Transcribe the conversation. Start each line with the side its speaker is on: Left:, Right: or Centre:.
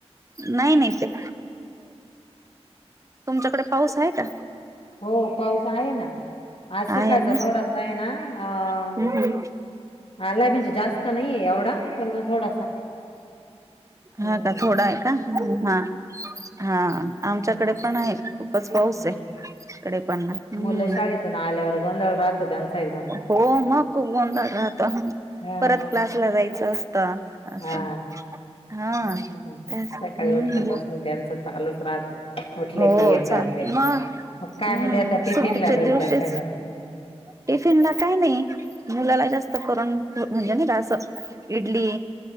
Right: नाही नाही ते- तुमच्याकडे पाऊस आहे का?
Left: हो पाऊस आहे ना, आज
Right: आहे
Left: सकाळचा
Right: ना
Left: थोडासा आहे ना
Right: हम्म
Left: अ..
Right: हम्म
Left: आलाय म्हणजे जास्त नाही एवढा पण थोडासा. हम्म
Right: हा का थोडा आहे का ह हा हा आमच्याकडे
Left: हा,
Right: पण आहे, खूपच पाऊस
Left: हा.
Right: आहे. इकडे पण ना. हम्म
Left: मुलं शाळेतून आल्यावर गोंधळ राहतो त्यांचा एकदम
Right: हो मग खूप गोंदळ राहतो ह.
Left: हा
Right: तुला जायचं असत अस-
Left: हा
Right: हा
Left: त्यांचं पण
Right: तेच
Left: सकाळी
Right: हम्म.
Left: उठल्यापासून त्यांचं चालूच राहत उठलं
Right: हो
Left: की हे
Right: चाल
Left: कर ते कर
Right: मग
Left: मग
Right: हम्म
Left: काय आहे ते आता टिफिनला
Right: सुट्टीच्या
Left: रोज
Right: दिवशीच.
Left: डब्याला मग
Right: टिफिन ला काय नाही. मुलाला जास्त करून म्हणजे नाही रास- इडली